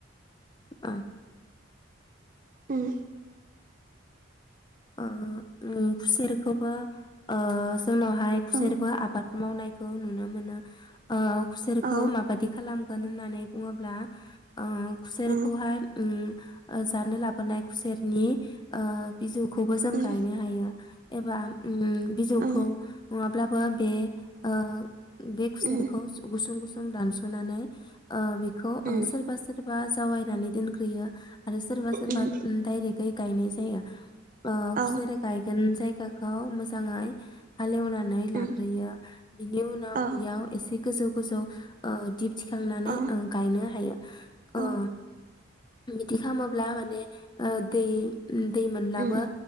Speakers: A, on the left (about 20°); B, on the right (about 40°).
A: ओ
B: उम
A: ओ उम खुसेरखौबो ओ जोंनावहाय खुसेरबो
B: औ
A: आबाद मावनायखौ नुनो मोनो ओ खुसेरखौ
B: औ
A: मा बादि खालाम गोन होननानै बुङोब्ला ओ खुसेरखौहाय
B: उम
A: उम ओ जानो लाबोनाय खुसेरनि ओ बिजौ खौबो जों
B: उम
A: गायनो हायो एबा ओम बिजौखौ
B: उम
A: नङाब्ला बा बे ओ बे खुसेरखौ
B: उम
A: सु गुसुं गुसुं दानसनानै ओ बे खौ
B: उम
A: ओ सोरबा सोर बा जावयायनानै दोनग्रोयो आरो सोरबा सोरबा
B: उम
A: ओ दारेगोयै गायनाय जायो। ओ
B: औ
A: खुसेर गायगोन जाय गाखौ मोजाङै हालेवनानै लाग्रोयो
B: उम
A: बिनि उनाव
B: औ
A: बेयाव एसे गोजौ गोजौ‌ ओ दिब थिखांनानै
B: औ
A: ओ गायनो हायो ओ
B: औ
A: बिदि खालामोब्ला माने ओ दै दै मोनब्लाबो
B: उम